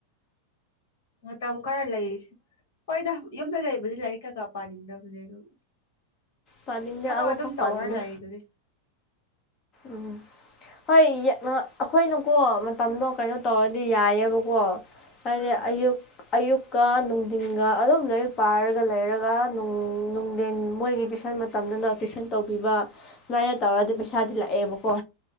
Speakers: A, on the left; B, on the left.
A: ꯃꯇꯝ ꯈꯔ ꯂꯩꯔꯤꯁꯦ ꯍꯣꯏꯗ ꯌꯨꯝꯗ ꯂꯩꯕꯥꯁꯤ ꯂꯥꯏꯔꯤꯛ ꯀꯩ ꯀꯥ ꯄꯥꯅꯤꯡꯗꯕꯅꯦ ꯑꯗꯨꯝ
B: ꯄꯥꯅꯤꯡꯗꯦ
A: ꯊꯕꯛ
B: ꯑꯃꯐꯥꯎ
A: ꯑꯗꯨꯝ
B: ꯄꯥꯅꯤꯡꯗꯦ
A: ꯇꯧꯔ ꯂꯥꯛꯏꯗꯨꯅꯦ
B: ꯎꯝ ꯍꯣꯏ ꯌꯥꯛꯅꯥ ꯑꯩꯈꯣꯏꯅꯀꯣ ꯃꯇꯝꯗꯣ ꯀꯩꯅꯣ ꯇꯧꯔꯗꯤ ꯌꯥꯏꯑꯕꯀꯣ ꯍꯥꯏꯗꯤ
A: ꯑꯥ
B: ꯑꯌꯨꯛ ꯑꯌꯨꯛꯀ ꯅꯨꯡꯊꯤꯟꯒ ꯑꯗꯨꯝ ꯂꯥꯏꯔꯤꯛ ꯄꯥꯏꯔꯒ ꯂꯩꯔꯒꯅꯨꯡ ꯅꯨꯡꯊꯤꯟ ꯃꯣꯏꯒꯤ ꯇꯨꯏꯁꯟ ꯃꯠ ꯇꯝꯗꯅ ꯇꯨꯁꯟ ꯇꯧꯕꯤꯕ ꯁꯨꯃꯥꯏꯅ ꯇꯧꯔꯗꯤ
A: ꯎꯝ
B: ꯄꯩꯁꯥꯗꯤ ꯂꯥꯛꯑꯦꯕꯀꯣ